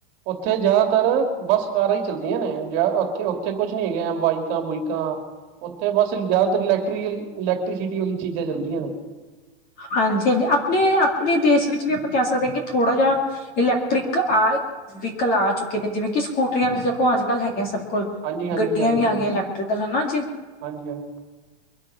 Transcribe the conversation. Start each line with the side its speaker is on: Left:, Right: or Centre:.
Right: ਉੱਥੇ ਜ਼ਿਆਦਾਤਰ ਬੱਸ ਕਾਰਾਂ ਈ ਚੱਲਦੀਆਂ ਨੇ ਉੱਥੇ ਉੱਥੇ ਕੁਛ ਨੀ ਹੈ ਬਾਈਕਾਂ ਬੁਇਕਾਂ ਉੱਥੇ ਬਸ ਜ਼ਿਆਦਾਤਰ, ਇਲੈਕਟ ਇਲੈਕਟ੍ਰੀਸਿਟੀ ਵਾਲੀ ਚੀਜ਼ਾਂ ਚੱਲਦੀਆਂ ਨੇ।
Left: ਹਾਂਜੀ ਹਾਂਜੀ, ਆਪਣੇ ਆਪਣੇ, ਦੇਸ਼ ਵਿੱਚ ਵੀ ਆਪਾਂ ਕਹਿ ਸਕਦੇ ਹਾਂ, ਕਿ ਥੋੜ੍ਹਾ ਜਿਹਾ ਇਲੈਕਟ੍ਰਿਕ ਆ, ਵਹੀਕਲ ਆ ਚੁੱਕੇ ਨੇ, ਜਿਵੇਂ ਕਿ ਸਕੂਟਰੀਆਂ ਵੀ ਦੇਖੋ, ਅੱਜ ਕੱਲ ਹੈਗੀਆਂ ਸਭ ਲ
Right: ਹਾਂਜੀ ਹਾਂਜੀ
Left: ਗੱਡੀਆਂ
Right: ਹਾਂਜੀ
Left: ਵੀ ਆ
Right: ਬਿਲਕੁਲ
Left: ਗਈਆਂ, ਇਲੈਕਟ੍ਰੀਕਲ, ਹਨਾ ਜੀ।
Right: ਹਾਂਜੀ ਹਾਂਜੀ।